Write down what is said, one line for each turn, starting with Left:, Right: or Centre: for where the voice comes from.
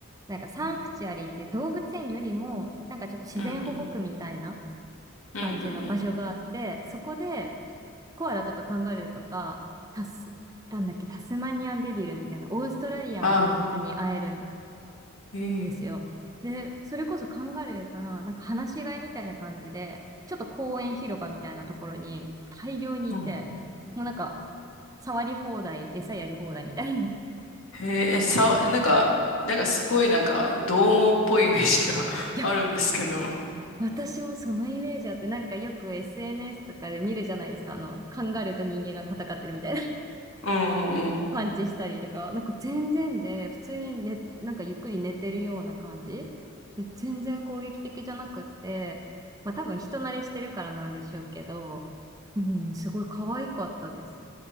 Right: なんかサンクチュアリーっていう動物園よりも、
Left: うん
Right: なんかちょっと自然保護区みたいな
Left: うんうんうんうんうん。
Right: 感じの場所があって、そこでコアラとかカンガルーとか、タス、なんだっけ、タスマニアンデビルみたいな、オーストラリアの動物に会える
Left: ああ、え
Right: んですよ。で、それこそカンガルーが、なんか放し飼いみたいな感じで、ちょっと公園広場みたいなところに大量にいて、
Left: え。
Right: もうなんか、触り放題、餌やり放題みたいに。
Left: へえ、えさ、なんか、なんかすごいなんか、獰猛っぽいイメージが <laughs>
Right: <laughs> いや、
Left: あるんですけど。
Right: 私もそのイメージあって、なんかよく SNS とかで見るじゃないですか。あの、カンガルーと人間が戦ってるみたいな
Left: うんうんうん。
Right: パンチしたりとか、なんか全然で、普通にねなんかゆっくり寝てるような感じ。で、全然攻撃的じゃなくって、まあ多分人慣れしてるからなんでしょうけど、うん、すごい可愛かったです。